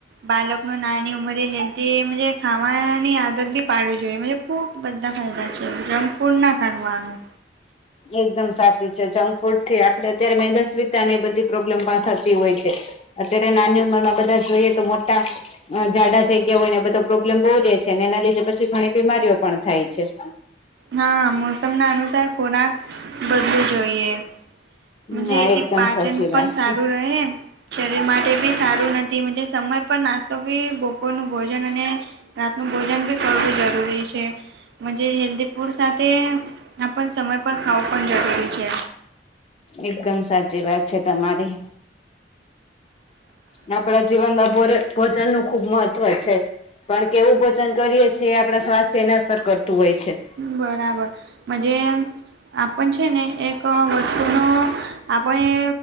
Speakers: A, on the right (about 65°); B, on the left (about 35°).
A: બાલક માં નાની ઉંમરે હેલ્થી મુજે ખાવાની આદત બી પાડવી જોઈએ મુજે ખૂબ. બધા ફાયદા છે. જંક ફૂડ ના કરવાનું.
B: એકદમ સાચી છે. જંકફૂડ થી આપડે અત્યારે મેદસ્વિતા ને બધ એ પ્રોબ્લેમ પણ થતી હોય છે. અત્યારે નાની ઉંમરમાં બધા જોઈએ તો મો ટા અ જાડા થઈ ગયા હોય ને એ બધો પ્રોબ્લેમ બહુ રે છે અને એના લીધે પછી ઘણી બીમારીઓ. પણ થાય છે. <inaudible>
A: હા મોસમના અનુસાર ખોરાક બદલું જોઈએ. મુજે
B: ના
A: એથી
B: એકદમ
A: પાચન
B: સાચી
A: પન
B: વાત
A: સારું
B: છે.
A: રહે. શરીર માટે બી સારું નથી. મુજે સમય પર નાસ્તો બી બોપરનું ભોજન અને. રાતનું ભોજન બી કરવું જરૂરી છે. મુજે હેલ્દી. ફૂડ સાથે આપણન સમય પર ખાવું પન જરૂરી છે.
B: એકદમ સાચી વાત છે તમારી. ને આપણા જીવનમાં ભોર ભોજનનું ખૂબ મહત્વ છે. કારણ કે એવું ભોજન કરીએ છીએ આપણા સ્વાસ્થ્યને અસર કરતું હોય છે.
A: બરાબર મજે. આપન છે ને એક વસ્તુનો આપણે.